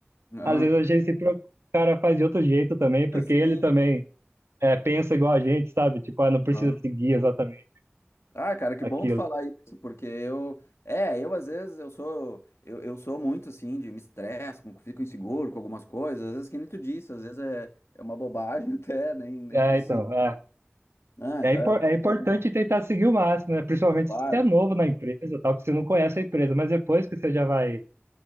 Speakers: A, on the left; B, on the right.
A: Aham.
B: Às vezes a gente se preocupa, o cara faz de outro jeito também, porque
A: <laughs> Sim.
B: ele também é, pensa igual a gente, sabe? Tipo, ah, não precisa
A: Aham.
B: seguir exatamente
A: Ah, cara, que
B: aquilo.
A: bom tu falar isso, porque eu. É, eu às vezes eu sou. Eu, eu sou muito assim, de me estresse, com- fico inseguro com algumas coisas. Às vezes, que nem tu disse, às vezes é, é uma bobagem <laughs> até, nem, nem
B: É,
A: precisa.
B: então, é.
A: Ah,
B: É,
A: então
B: impor-
A: é.
B: é importante
A: bom,
B: tentar seguir o máximo, né? Principalmente
A: Claro,
B: se você é novo na empresa, tal, que você não conhece a empresa, mas depois que você já vai,